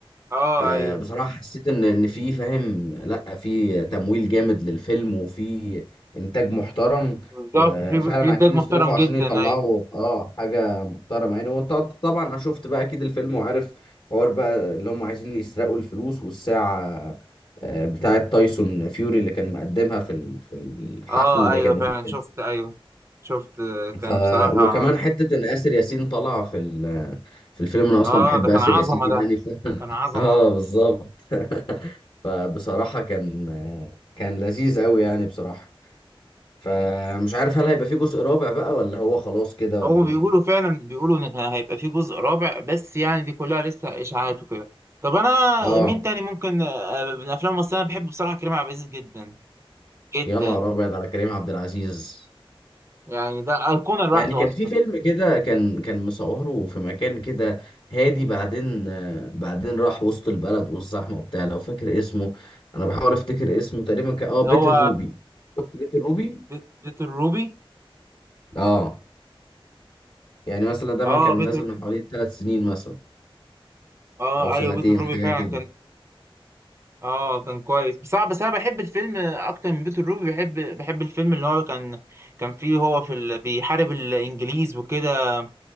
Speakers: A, on the right; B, on the left.
A: اه
B: آه،
A: ايوه
B: بصراحة حسيت ان ان في فاهم لا في تمويل جامد للفيلم وفي انتاج محترم
A: بالظبط
B: وفعلا
A: في في انتاج
B: عايزين
A: محترم
B: يصرفوا عشان
A: جدا
B: يطلعوا
A: ايوه
B: اه حاجة محترمة يعني وانت طبعا انا شفت بقى اكيد الفيلم وعارف حوار بقى اللي هم عايزين يسرقوا الفلوس والساعة آه، بتاعة تايسون فيوري اللي كان مقدمها في ال- في الحفل
A: اه
B: اللي
A: ايوه
B: كانوا
A: فعلا
B: فيه
A: شفت ايوه شفت آه، كان
B: ف
A: بصراحة
B: وكمان حته ان اسر ياسين طالعه في ال... في الفيلم انا اصلا
A: اه
B: بحب
A: ده كان
B: اسر
A: عظمة
B: ياسين
A: ده
B: يعني ف...
A: كان
B: <laughs>
A: عظمة
B: اه بالظبط <laughs> فبصراحه كان كان لذيذ قوي يعني بصراحه فمش عارف هل هيبقى فيه جزء رابع بقى ولا هو خلاص كده ولا
A: هو
B: ايه
A: بيقولوا فعلا بيقولوا ان كان هيبقى في جزء رابع بس يعني دي كلها لسه اشاعات وكده طب انا
B: اه
A: مين تاني ممكن آه، من الافلام المصرية انا بحب بصراحة كريم عبد العزيز جدا جدا
B: يا نهار ابيض على كريم عبد العزيز
A: يعني ده أيقونة لوحده
B: يعني كان
A: اصلا
B: في فيلم كده كان كان مصوره في مكان كده هادي بعدين آه، بعدين راح وسط البلد والزحمه وبتاع لو فاكر اسمه انا بحاول افتكر اسمه تقريبا كان اه بيت
A: ده هو
B: الروبي شفت بيت الروبي
A: بيت بيت الروبي
B: اه يعني مثلا ده
A: اه
B: ما كان
A: بيت
B: نازل من حوالي ثلاث سنين مثلا
A: اه
B: او سنتين
A: ايوه بيت الروبي
B: حاجه
A: فعلا
B: كده
A: كان اه كان كويس بس انا بس انا بحب الفيلم اكتر من بيت الروبي بحب بحب الفيلم اللي هو كان كان فيه هو في ال... بيحارب الانجليز وكده